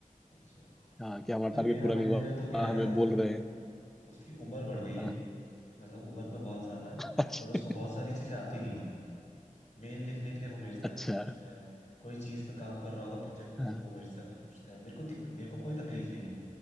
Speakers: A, on the left; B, in the centre.
A: अच्छा
B: हाँ कि हमारा
A: भाई
B: टारगेट
A: मेरा
B: पूरा
A: मैनेजर
B: नहीं हुआ
A: तो क्या
B: हाँ,
A: है
B: हमें
A: ना
B: बोल
A: कि
B: रहे हैं
A: उसकी उम्र बढ़ गई है
B: हाँ,
A: मतलब उम्र में बहुत ज्यादा है
B: <laughs> अच्छा
A: बट उसको बहुत सारी चीजें आती नहीं है मेल लिखने के लिए वो मेरे से
B: अच्छा
A: आके पूछता है कोई चीज पे काम कर रहा होगा प्रोजेक्ट पे
B: हाँ,
A: तो वो मेरे से आके पूछता है मेरे को दिक- मेरे को कोई तकलीफ नहीं है